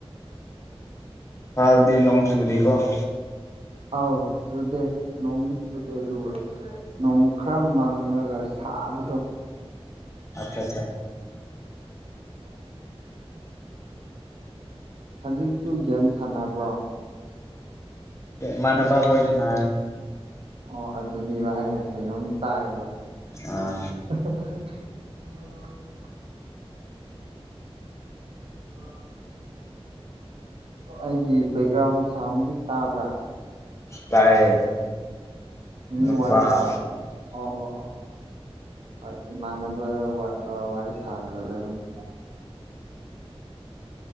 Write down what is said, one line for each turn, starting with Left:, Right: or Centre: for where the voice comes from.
Left: ꯜꯗꯦ ꯅꯣꯡꯆꯨꯗ ꯀꯧꯕ
Right: ꯑꯥꯎ ꯆꯨꯗꯦ ꯅꯣꯡꯗꯤ ꯆꯨꯗꯦ ꯑꯗꯨꯒꯨꯕ ꯅꯣꯡ ꯈꯔ ꯃꯪꯉꯒ ꯁꯥꯕꯗꯣ
Left: ꯑꯆꯥ ꯑꯠꯆꯥ
Right: ꯎꯝ ꯍꯧꯖꯤꯛꯁꯨ ꯒꯦꯝ ꯁꯥꯟꯅꯕ꯭ꯔꯣ
Left: ꯃꯅꯦꯕ ꯀꯣꯏꯁꯅ
Right: ꯑꯣ ꯑꯗꯨꯅꯦꯕ ꯑꯩꯅ ꯀꯩꯅꯣꯝ ꯇꯥꯏꯕ
Left: ꯑꯥ
Right: <unintelligible> ꯎꯝ ꯑ ꯑꯩꯒꯤ ꯕꯦꯛꯒ꯭ꯔꯥꯎꯟ ꯁꯥꯎꯟꯗꯤ ꯇꯥꯕ꯭ꯔꯥ
Left: ꯇꯥꯏꯌꯦ
Right: ꯃꯤ
Left: ꯅꯨꯄꯥꯄꯥ
Right: ꯋꯥꯔꯤ ꯁꯥꯕꯗꯣ ꯑꯣ ꯑꯣ ꯑꯣ ꯍꯣꯏ ꯏꯃꯥꯟꯅꯕ ꯋꯥꯔꯤ ꯁꯥꯔꯒ ꯂꯩꯕꯅꯤ